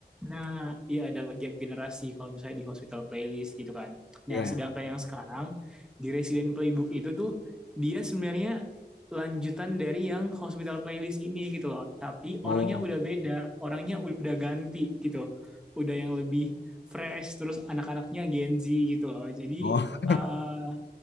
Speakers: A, in the centre; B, on the left.
A: Nah, iya ada gap generasi kalau misalnya di hospital playlist gitu kan.
B: Ya.
A: Nah, sedangkan yang sekarang di Resident Playbook itu tuh dia sebenarnya lanjutan dari yang hospital playlist ini gitu loh. Tapi
B: Oh,
A: orangnya udah beda, orangnya udah ganti gitu. Udah yang lebih fresh terus anak-anaknya Gen Z gitu loh. Jadi
B: Oh.
A: eh